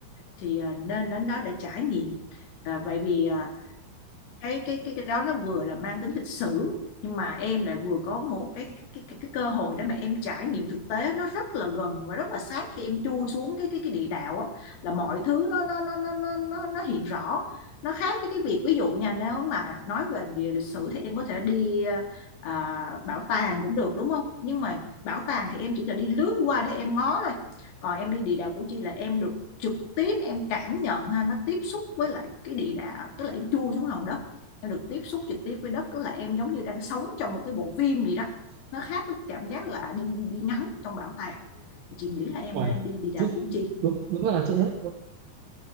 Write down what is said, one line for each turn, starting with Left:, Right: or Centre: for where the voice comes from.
Left: thì à, nên đến đó để trải nghiệm à, vậy vì à, cái cái cái cái đó nó vừa là mang tính lịch sử nhưng mà em lại vừa có một cái cái cái, cái cơ hội để mà em trải nghiệm thực tế nó rất là gần và rất là sát khi em chui xuống cái cái cái địa đạo á, là mọi thứ nó nó nó nó nó nó nó hiện rõ nó khác với cái việc ví dụ nha nếu mà nói về địa lịch sử thì em có thể đi à, bảo tàng cũng được đúng không nhưng mà bảo tàng thì em chỉ là đi lướt qua để em ngó thôi còn em đi địa đạo Củ Chi là em được trực tiếp em cảm nhận ha nó tiếp xúc với lại cái địa đạo tức là em chui xuống lòng đất em được tiếp xúc trực tiếp với đất tức là em giống như đang sống trong một cái bộ phim gì đó nó khác với cảm giác là đi đi đi ngắm trong bảo tàng thì chị nghĩ là em
Right: Uầy,
Left: nên đi đi đảo
Right: chị
Left: Củ Chi
Right: đúng, đúng là chị hết